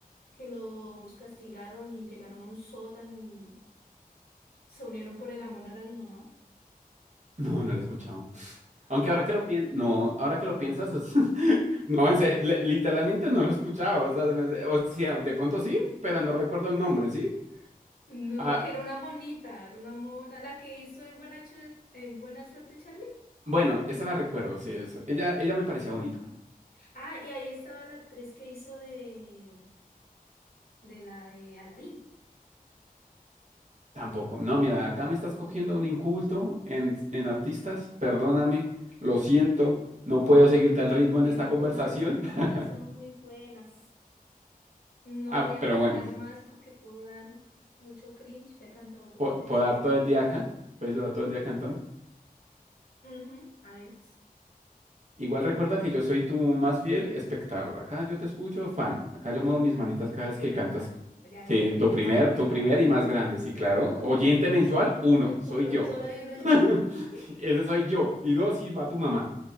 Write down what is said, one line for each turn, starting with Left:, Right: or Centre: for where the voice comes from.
Left: que los castigaron y llegaron a un sótano y se unieron por el amor a la limonada.
Right: No, no la he escuchado. Aunque
Left: ¿No?
Right: ahora que lo piensas, no, ahora que lo piensas, es- <laughs> no, en serio, le- literalmente no lo he escuchado. O sea, se me hace- o sea, de pronto sí, pero no recuerdo el nombre, ¿sí?
Left: No,
Right: Ah,
Left: que era una monita, era una mona, la que hizo en Buena, Chuer- en Buena Suerte, Charlie.
Right: Bueno, esa la recuerdo, sí. es- Ella, ella me parecía bonita.
Left: Ah, y ahí estaba la actriz que hizo de, de la de Aladdin.
Right: Tampoco. No, mira, acá me estás cogiendo un inculto en, en artistas. Perdóname, lo siento. No
Left: No,
Right: puedo seguirte
Left: te
Right: al
Left: recomiendo,
Right: ritmo en esta conversación.
Left: todas las canciones
Right: <laughs>
Left: son muy buenas. No
Right: Ah,
Left: voy a
Right: pero
Left: cantar
Right: bueno,
Left: más porque puedo dar mucho cringe, ya he cantado dos
Right: po-
Left: veces.
Right: puedo dar todo el día acá. Puedes durar todo el día cantando.
Left: Ujú, a veces.
Right: Igual recuerda que yo soy tu más fiel espectador. Acá yo te escucho, fan. Acá yo muevo mis
Left: Ah,
Right: manitas
Left: sí,
Right: cada
Left: mi primer
Right: vez que cantas.
Left: fan. Ya
Right: Sí,
Left: voy a abrir
Right: tu primer,
Left: mi Spotify.
Right: tu primer y más grande, sí, claro.
Left: Voy a
Right: Oyente
Left: abrir mi Spotify.
Right: mensual, uno,
Left: O-
Right: soy
Left: Uno,
Right: yo.
Left: solo hay uno.
Right: <laughs>
Left: <laughs>
Right: Ese soy yo. Y dos, y va tu mamá.